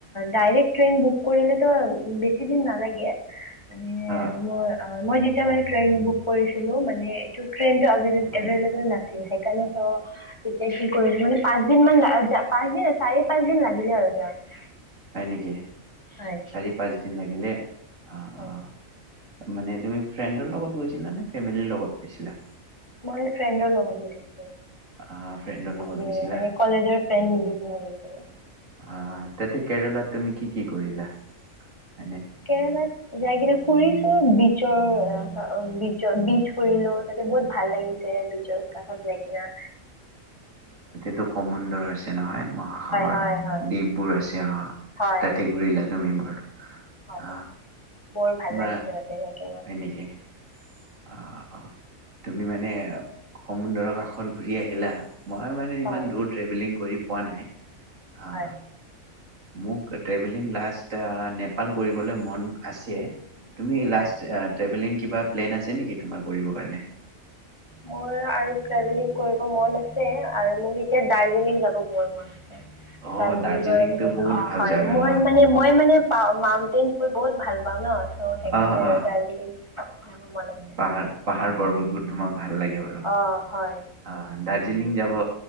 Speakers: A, on the left; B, on the right.
A: ডাইৰেক্ট ট্ৰেইন বুক কৰিলেটো বেছি দিন নালাগে, মানে
B: অ',
A: মই, মই যেতিয়া মানে ট্ৰেইন বুক কৰিছিলোঁ, মানে এইটো ট্ৰেইন এইটো আভিলএভে,
B: হয়,
A: এভেইলেৱেল নাছিল, সেই তেতিয়া কি কৰিলোঁ মানে পাঁচ দিন মান লাগি, আ পাঁচ দিন আছি চাৰি, পাঁচ দিন লাগিলে আৰু যাওঁতে।
B: হয় নিকি,
A: হয়
B: চাৰি-পাঁচ দিন লাগিলে? আহ
A: হয়।
B: মানে তুমি ফ্ৰেণ্ডৰ লগত গৈছিলা নে ফেমিলি লগত গৈছিলা?
A: মই ফ্ৰেণ্ডৰ লগত গৈছিলোঁ।
B: আহ ফ্ৰেণ্ডৰ লগত
A: আমি
B: গৈছিলা
A: মানে কলেজৰ ফ্ৰেণ্ড মিলি কেনে গৈছিলোঁ।
B: আ, তাতে কেৰেলাত তুমি কি কি কৰিলা? এনে
A: কেৰেলাত যায় কেনে ফুৰিছোঁ, বিছৰ, আ, বিছৰ-বিছ ফুৰিলোঁ, তাতে বহুত ভাল লাগিছে। বিছৰ কাষত যায় কেনে।
B: টো সমুন্দৰ আছে নহয়। মহাসাগৰ,
A: হয় হয়
B: দ্বীপ বোৰ আছে, অ',
A: হয়
B: তাতে ঘূৰিলা? তুমি বৰ
A: হয়
B: আ
A: বৰ ভাল
B: তোমাৰ,
A: লাগিছে তাতে যাই কিনে
B: হয় নেকি? অ', অ', তুমি মানে সমুন্দৰৰ কাষ ঘৰ ঘূৰি আহিলা? মই মানে ইমান
A: হয়
B: দূৰ ট্ৰেভেলিং কৰি পোৱা নাই, আ
A: হয়
B: মোক ট্ৰেভেলিং লাষ্ট নেপাল কৰিবলৈ মন আছে। তুমি
A: হয়
B: লাষ্ট আ -ট্ৰেভেলিং কিবা প্লেন আছে নেকি তোমাৰ কৰিবৰ কাৰণে।
A: মোৰ আৰু ট্ৰেভেলিং কৰিব মন আছে, আৰু মোৰ <unintelligible> দাৰ্জিলিং যাব বৰ মন আছ
B: অ'
A: দাৰ্জিলিঙৰ
B: দাৰ্জিলিংটো
A: মানে
B: বহুত
A: অ
B: ভাল
A: হয়
B: জাগা
A: মই
B: ন।
A: মানে-মই মানে পা মাউনটেইন বোৰ বহুত ভাল পাওঁ ন। ত সেইকাৰণে
B: অ' অ'
A: আৰু দাৰ্জিলিং, যাব মন আছে।
B: পাহাৰ পাহাৰ পৰ্বতবোৰ তোমাক ভাল লাগে বাৰু।
A: অঁ হয়
B: জিলিং যাব